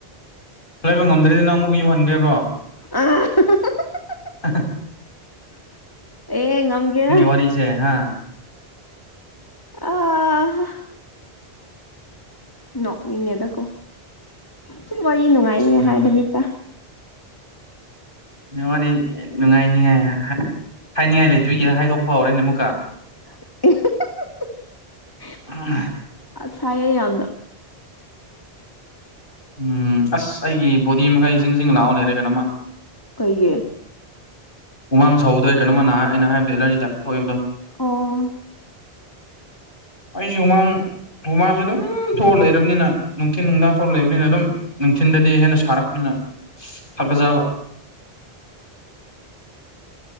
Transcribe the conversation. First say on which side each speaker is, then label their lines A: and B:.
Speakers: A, on the left; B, on the left.
A: ꯂꯩꯕ ꯉꯝꯗ꯭ꯔꯦꯗꯤ ꯅꯪ ꯑꯃꯨꯛꯀ ꯌꯧꯍꯟꯒꯦꯕ꯭ꯔꯣ
B: ꯑ
A: ꯑ
B: ꯑꯦ ꯉꯝꯒꯦ
A: ꯋꯥꯔꯤꯁꯦ ꯍꯥ
B: ꯑꯥ ꯅꯣꯛꯅꯤꯡꯉꯦꯗꯀꯣ ꯁꯨꯝ ꯋꯥꯔꯤ ꯅꯨꯡꯉꯥꯏꯔꯤꯉ
A: ꯑ
B: ꯍꯥꯏꯔꯔꯕꯕꯤꯗ
A: ꯋꯥꯔꯤ ꯅꯨꯡꯉꯥꯏꯅꯤꯉꯥꯏ ꯍꯥꯏꯅꯤꯡꯉꯥꯏ ꯂꯩꯗꯣꯏꯒꯤ ꯍꯥꯏꯗꯣꯛꯄ ꯍꯧꯥꯎꯔꯦꯅꯦ ꯑꯃꯨꯛꯀ
B: <inaudible>
A: ꯑ
B: ꯁꯌꯦ ꯌꯥꯒ
A: ꯎꯝ ꯑꯁ ꯑꯩꯒꯤ ꯕꯣꯗꯤ ꯃꯈꯩ ꯁꯤꯡꯖꯁꯤꯡ ꯂꯥꯛꯑꯣ ꯂꯩꯔꯦ ꯀꯅꯃ
B: ꯀꯩꯦ
A: ꯎꯃꯥꯡ ꯁꯧꯗꯣꯏ ꯀꯩꯅꯣꯃꯅ ꯑꯩꯅ ꯍꯥꯏꯕꯗ ꯑꯦꯂꯔꯖꯤ ꯇ ꯍꯥꯏꯄꯤꯦ ꯊꯣꯛꯑꯦꯕꯗꯣ
B: ꯑꯣ
A: ꯑꯩꯣꯏ ꯌꯨꯃꯥꯡ ꯍꯨꯃꯥꯡꯁꯦ ꯑꯗꯨꯝ ꯊꯣꯛꯑ ꯂꯩꯔꯕꯅꯤꯅ ꯅꯨꯡꯊꯤꯟ ꯅꯨꯡꯗꯥꯡ ꯊꯣꯛꯑ ꯂꯩꯕꯅꯤꯅ ꯑꯗꯨꯝ ꯅꯨꯡꯊꯤꯟꯗꯗꯤ ꯍꯦꯟꯅ ꯁꯥꯔꯛꯄꯅꯤꯅ ꯐꯛꯖꯕ
B: <inaudible>